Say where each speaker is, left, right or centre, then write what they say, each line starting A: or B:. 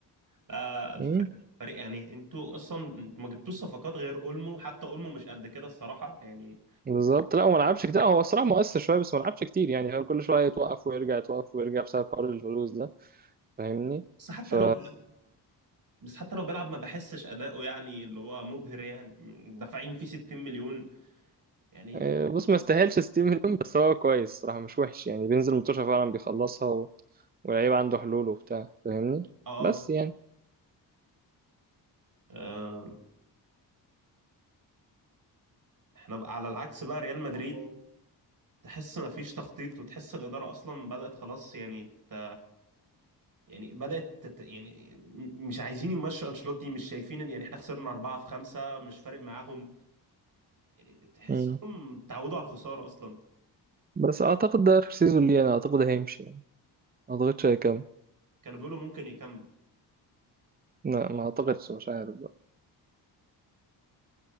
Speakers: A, on the right; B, on the right.
A: لا لا الفريق
B: امم
A: الفريق يعني انتوا اصلا انتوا ما جبتوش صفقات غير اولمو حتى اولمو مش قد كده الصراحة يعني
B: بالظبط لا هو ما لعبش كتير هو الصراحه مؤثر شويه بس ما لعبش كتير يعني فاهم؟ كل شويه يتوقف ويرجع يتوقف ويرجع بسبب حوار الفلوس ده فاهمني
A: بس حتى
B: ف
A: لو بيلعب بس حتى لو بيلعب ما بحسش اداؤه يعني اللي هو مبهر يعني دافعين فيه 60 مليون يعني
B: آه، بص ما استاهلش ستيف منهم بس هو كويس صراحة مش وحش يعني بينزل متوشة فعلا بيخلصها و... واللعيب عنده حلول وبتاع فاهمني
A: اه
B: بس يعني
A: آه، احنا بقى على العكس بقى ريال مدريد الله تحس ما فيش تخطيط وتحس الإدارة أصلا بدأت خلاص يعني ت... يعني بدأت تت... يعني م- مش عايزين يمشوا أنشيلوتي مش شايفين إن يعني احنا خسرنا أربعة في خمسة مش فارق معاهم يعني تحسهم
B: مم.
A: تعودوا على الخسارة أصلا
B: بس اعتقد ده اخر سيزون ليه انا اعتقد هيمشي يعني ما اعتقدش هيكمل
A: كانوا بيقولوا ممكن يكمل
B: لا ما اعتقدش مش عارف بقى